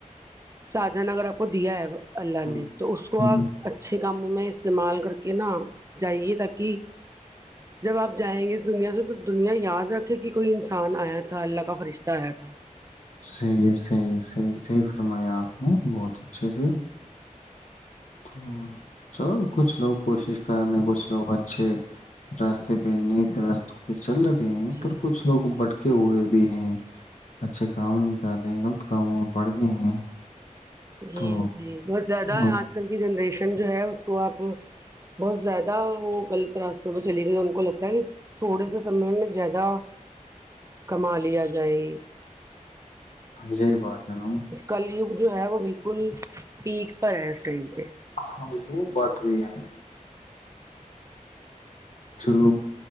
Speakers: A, on the right; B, on the left.
A: ساجہان اگر آپ کو دیا ہے اللہ
B: ہو
A: نے تو اس
B: ہوں
A: کو آپ اچھے کام میں استعمال کر کے نا جائیے تاکہ جب آپ جائیں گے اس دنیا سے تو دنیا یاد رکھے کہ کوئی انسان آیا تھا اللہ کا فرشتہ آیا تھا
B: صحیح ہے صحیح ہے صحیح صحیح فرمایا آپ نے بہت اچھے سے تو چلو کچھ لو کوشش کرنے کچھ لوگ اچھے راستے پہ نیک راستوں پہ چل رہا ہیں
A: جی
B: پر کچھ لوگ
A: جی
B: بٹکے ہوئے بھی ہیں اچھے کام نہیں کر رہے ہیں غلط کامون پڑ گئے ہیں
A: جی
B: تو
A: جی بہت زیادہ
B: اب
A: آج کل جنریشن جو ہے اس کو آپ بہت زیادہ وہ غلط راستوں پہ چلی گئی ان کو لگتا ہے کہ تھوڑے سے سمے میں زیادہ کما لیا جائے
B: جی بات ہے نا
A: کلیوگ جو ہے وہ بالکل پییک پرہے اس ٹائم پہ
B: ہاں وہ بات بھی ہے چلو